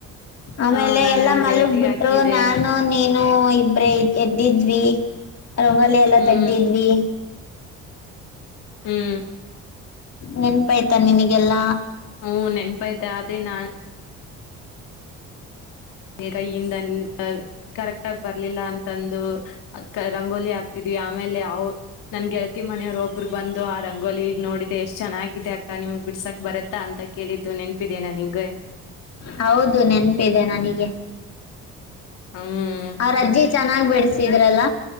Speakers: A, on the left; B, on the left.
A: ಆಮೇಲೆ
B: ಹ ನಾನ್
A: ಎಲ್ಲಾ
B: ನನ್
A: ಮಲಗ್
B: ಗೆಳತಿಗೆ
A: ಬಿಟ್ರು
B: ಹಾಕಿದೆ
A: ನಾನ್ ನು ನೀನು ಇಬ್ರೇ ಎದ್ದಿದ್ವಿ ರಂಗೋಲಿ ಎಲ್ಲಾ
B: ಹ್ಮ್
A: ತೆಗ್ದಿದ್ವಿ.
B: ಹ್ಮ್
A: ನೆನ್ಪಾಯ್ತ ನಿನಗೆಲ್ಲಾ.
B: ಹ್ಮ್ ನೆನ್ಪಾಯತೆ ಅದೇ ನಾನು. ಈಗ ಇಂದ <unintelligible> ಕರೆಕ್ಟ್ ಆಗ ಬರ್ಲಿಲ್ಲ ಅಂತಂದು ರಂಗೋಲಿ ಹಗ್ತಿದ್ವಿ ಆಮೇಲೆ ಅವ್ ನನ್ ಗೆಳ್ತಿ ಮನೆಯವ್ರು ಒಬ್ರು ಬಂದು ಆ ರಂಗೋಲಿ ನೋಡಿದೆ ಎಷ್ಟ್ ಚೆನ್ನಾಗಿದೆ ಅಕ್ಕ ನಿಮ್ಗ್ ಬಿಡ್ಸಾಕ್ ಬರತ್ತ ಅಂತ. ಕೇಳಿದ್ದು ನೆನಪಿದ್ದೇನ ನಿನ್ಗೆ.
A: ಹೌದು ನೆನಪಿದೆ ನನಿಗೆ.
B: ಹ್ಮ್
A: ಅವ್ರಜ್ಜಿ ಚೆನ್ನಾಗಿ ಬಿಡಸಿದ್ರಲ್ಲ.